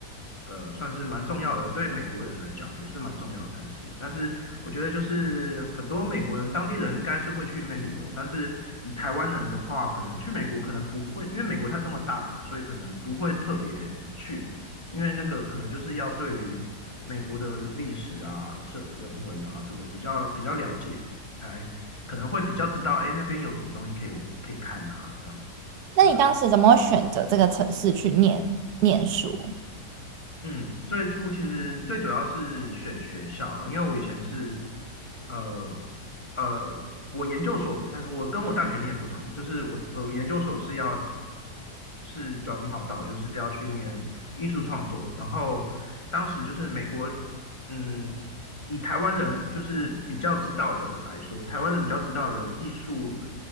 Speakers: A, on the left; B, on the right.
A: 呃算是蛮重要的，对美国人来讲也是蛮重要的城市。但是我觉得就是很多美国人当地人应该是会去那边旅游，但是以台湾人的话，可能去美国可能不会，因为美国它那么大嘛，所以可能不会特别去，因为那个可能就是要对于美国的历史啊、社人文啊这个比较比较了解才。可能会比较知道，哎，那边有什么东西可以可以看呐、这样子。
B: 那你当时怎么会选择这个城市去念念书？
A: 对啊，嗯，最初其实最主要是选学校了，因为我以前是，呃呃，我研究所，呃，我跟我大学念不同，就是我我研究所是要是转跑道，就是要去念艺术创作，然后当时就是美国，嗯，以台湾人就是比较知道的来说，台湾人比较知道的艺术